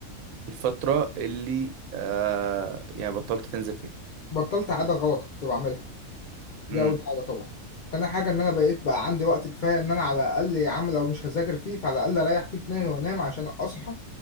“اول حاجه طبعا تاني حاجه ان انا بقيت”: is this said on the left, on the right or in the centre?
Left